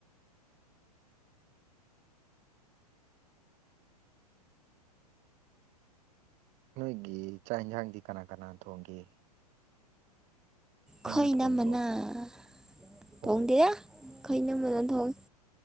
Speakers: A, on the right; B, in the centre.
A: ꯅꯣꯏꯒꯤ ꯆꯥꯛ ꯌꯦꯟꯁꯥꯡꯗꯤ ꯀꯅꯥ ꯀꯅꯥ ꯊꯣꯡꯒꯦ ꯅꯪꯅ
B: ꯈꯣꯏꯅ
A: ꯊꯣꯡꯕ꯭ꯔꯣ
B: ꯃꯅꯥꯝꯃꯅ
A: ꯑꯣ
B: ꯇꯣꯡꯗꯦꯗ ꯈꯩꯅꯃꯗ ꯊꯣꯛꯏ